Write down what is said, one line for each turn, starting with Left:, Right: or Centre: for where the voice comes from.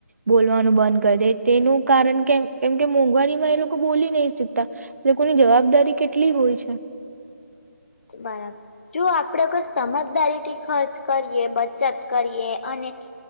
Right: બોલવાનું બંધ કરે તેનું કારણ કે કેમકે મોંઘવારીમાં એ લોકો બોલી ની શકતા લોકોની જવાબદારી કેટલી હોય છે
Left: બરાબર, જો આપડે અગર સમજદારીથી ખર્ચ કરીએ, બચત કરીએ અને